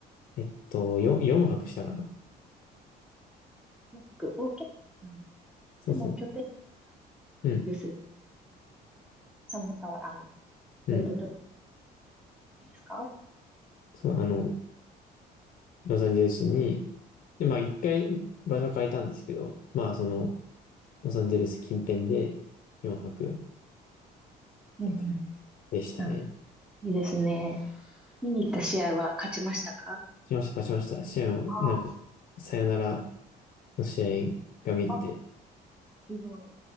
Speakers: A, on the left (about 50°); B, in the centre.
A: えっと、4、4泊したかな。
B: 何泊お、結構長め
A: そうそう。
B: でも拠点
A: うん、
B: です。その他は、あの、
A: うん。
B: ロードトリップですか
A: そう、あの、ロサンゼルスに、で、まあ一回場所変えたんですけど、まあその、ロサンゼルス近辺で4泊っ
B: うん
A: て感じでしたね。
B: うん。あ、いいですね。見に行った試合は勝ちましたか
A: しました、勝ちました。試合を、
B: あ
A: なんか、さよならの試合が見れて、
B: あ。すごい。